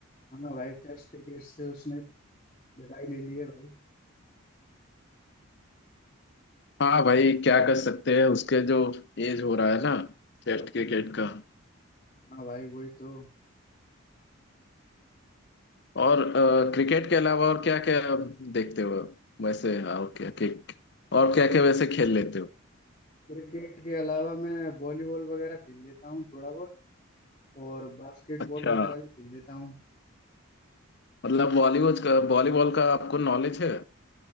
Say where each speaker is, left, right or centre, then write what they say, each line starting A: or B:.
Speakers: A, on the left (about 30°); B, on the left (about 50°).
A: हाँ भाई टेस्ट क्रिकेट से उसने विदाई ले ली है भाई
B: हाँ भाई क्या कर सकते हैं उसके जो एज हो रहा है ना टेस्ट क्रिकेट का
A: हाँ भाई वही तो
B: और अ, क्रिकेट के अलावा और क्या क्या देखते हो वैसे हाँ, और क्या क्या और क्या
A: क्रिक-
B: क्या वैसे खेल लेते हो
A: क्रिकेट के अलावा मैं वॉलीबॉल वगैरह खेल लेता हूँ थोड़ा बहुत और बास्केटबॉल
B: अच्छा
A: वगैरह भी खेल लेता हूँ
B: मतलब बॉलीवुड का बॉलीबॉल का आपको नॉलेज है